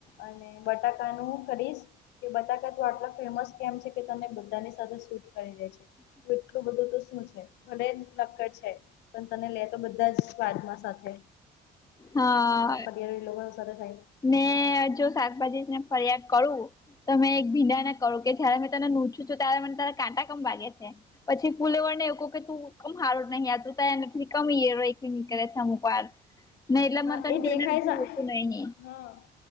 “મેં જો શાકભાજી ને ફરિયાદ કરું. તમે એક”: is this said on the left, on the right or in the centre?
Left